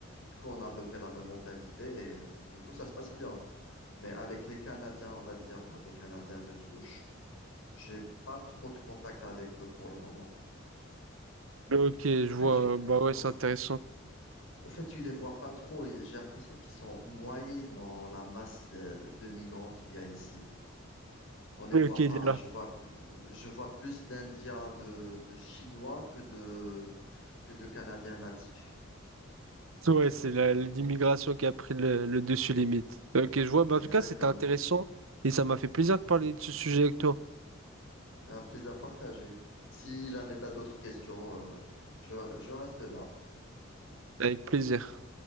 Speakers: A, on the left; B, on the right.
A: Du coup, on a à peu près la même mentalité et du coup, ça se passe bien. Mais avec les Canadiens, on va dire les Canadiens de souche, j'ai pas trop de contact avec eux pour le moment.
B: Ok, je
A: En
B: vois.
A: fait, tu,
B: Bah ouais,
A: au
B: c'est
A: f-
B: intéressant.
A: au fait, tu les vois pas trop. J'ai l'impression qu'ils sont noyés dans la masse euh, de migrants qu'il y a ici. On les
B: Ok,
A: voit
B: il
A: pas.
B: est là.
A: Je vois, je vois plus d'Indiens, de, de Chinois que de, que de Canadiens natifs.
B: Ouais, c'est la- l'immigration qui a pris le, le dessus limite. Ok, je vois. Bah,
A: Exactement.
B: en tout cas, c'était intéressant et ça m'a fait plaisir de parler de ce sujet avec toi.
A: Un plaisir partagé. Si jamais tu as d'autres questions, euh, je, je reste là.
B: Avec plaisir.